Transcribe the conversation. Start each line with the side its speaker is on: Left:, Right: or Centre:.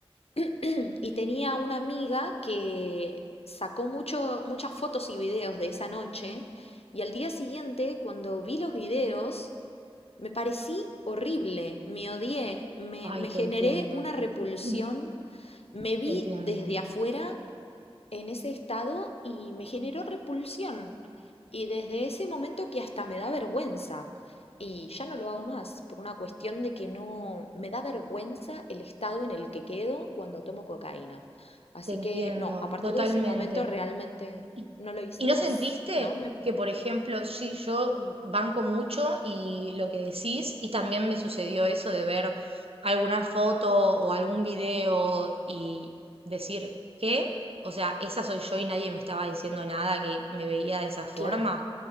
Left: <clears throat> Y tenía una amiga que sacó mucho, muchas fotos y videos de esa noche y al día siguiente, cuando vi los videos, me parecí horrible, me odié, me,
Right: Ay,
Left: me
Right: te
Left: generé
Right: entiendo,
Left: una repulsión,
Right: Mm.
Left: me vi
Right: te entiendo,
Left: desde afuera en ese estado y me generó repulsión. Y desde ese momento que hasta me da vergüenza. Y ya no lo hago más, por una cuestión de que no me da vergüenza el estado en el que quedo cuando tomo cocaína. Así
Right: te entiendo,
Left: que no, a partir
Right: totalmente.
Left: de ese momento realmente
Right: ¿Y
Left: no lo hice
Right: y no
Left: más,
Right: sentiste
Left: ¿no? Me,
Right: que, por ejemplo, sí, yo banco mucho y lo que decís, y también me sucedió eso de ver alguna foto o algún video y decir, ¿qué? O sea, esa soy yo y nadie me estaba diciendo nada que me veía de esa forma.
Left: claro.